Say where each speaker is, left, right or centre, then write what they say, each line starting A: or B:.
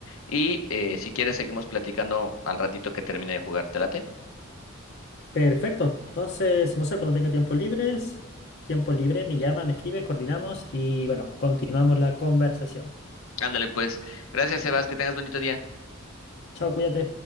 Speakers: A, on the left; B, on the left.
A: y eh, si quieres seguimos platicando al ratito que termine de jugar, ¿te late?
B: Perfecto. Entonces, no sé, cuando tenga tiempo libres, tiempo libre, me llama, me escribe, coordinamos y bueno, continuamos la conversación.
A: Ándale pues, gracias Sebas, que tengas bonito día.
B: Chao, cuídate.